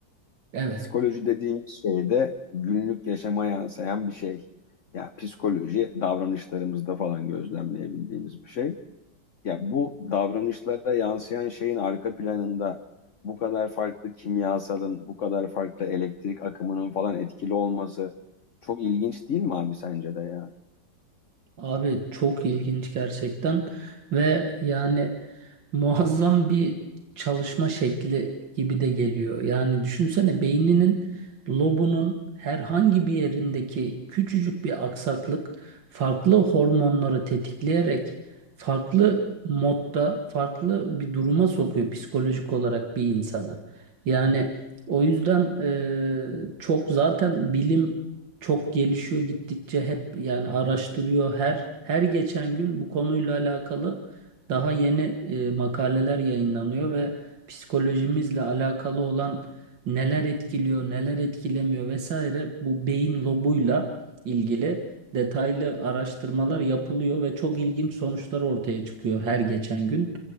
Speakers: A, on the right; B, on the left.
A: Evet
B: Psikoloji dediğin şey de günlük yaşama yansıyan bir şey. Ya psikoloji davranışlarımızda falan gözlemleyebildiğimiz bir şey. Ya bu davranışlara yansıyan şeyin arka planında bu kadar farklı kimyasalın, bu kadar farklı elektrik akımının falan etkili olması çok ilginç değil mi abi sence de ya?
A: abi çok ilginç gerçekten ve yani muazzam bir çalışma şekli gibi de geliyor. Yani düşünsene beyninin lobunun herhangi bir yerindeki küçücük bir aksaklık farklı hormonları tetikleyerek farklı modda farklı bir duruma sokuyor psikolojik olarak bir insana. Yani o yüzden e, çok zaten bilim çok gelişiyor gittikçe hep yani araştırıyor her her geçen gün bu konuyla alakalı daha yeni e, makaleler yayınlanıyor ve psikolojimizle alakalı olan neler etkiliyor, neler etkilemiyor vesaire bu beyin lobuyla ilgili detaylı araştırmalar yapılıyor ve çok ilginç sonuçlar ortaya çıkıyor her geçen gün.